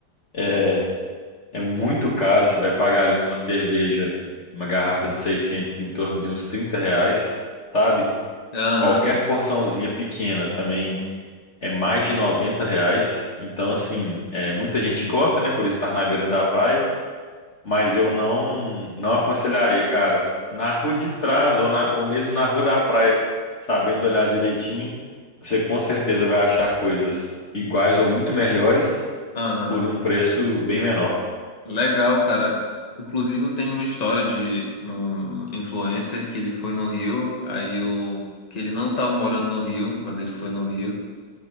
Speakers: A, on the left; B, on the left.
A: É, é muito caro, você vai pagar ali numa cerveja, uma garrafa de 600 em torno de uns 30 reais, sabe?
B: Aham,
A: Qualquer porçãozinha pequena também é mais de 90 reais. Então, assim, é, muita gente gosta, né, por estar na beira da praia, mas eu não não aconselharia, cara, na rua de trás ou, na- ou mesmo na rua da praia, sabendo olhar direitinho, você com certeza vai achar coisas iguais ou muito melhores
B: aham.
A: por um preço bem menor.
B: Legal, cara. Inclusive, eu tenho uma história de um influencer que ele foi no Rio, aí o que ele não estava morando no Rio, mas ele foi no Rio,